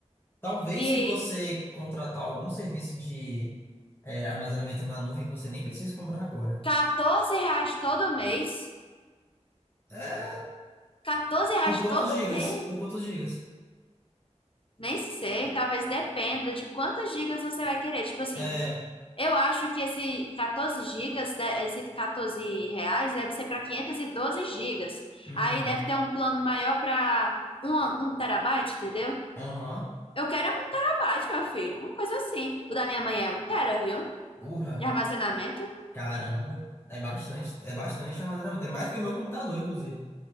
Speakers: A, on the left; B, on the left.
A: talvez
B: E
A: se você contratar algum serviço de é, armazenamento na nuvem, você nem precisa comprar agora.
B: 14 reais todo mês?
A: É,
B: 14 reais
A: por quantos
B: todo
A: gigas?
B: mês?
A: Por quantos gigas?
B: Nem sei, talvez dependa de quantas gigas você vai querer. Tipo assim,
A: É,
B: Eu acho que esse 14 gigas, de- esse 14 reais deve ser para 512 gigas.
A: hum,
B: Aí deve ter um plano maior para um, um terabyte, entendeu?
A: aham,
B: Eu quero é um terabyte, meu filho, uma coisa assim. O da minha mãe é um tera, viu?
A: urra,
B: De armazenamento.
A: caramba. É bastante, é bastante armazenamento. É mais que o meu computador, inclusive.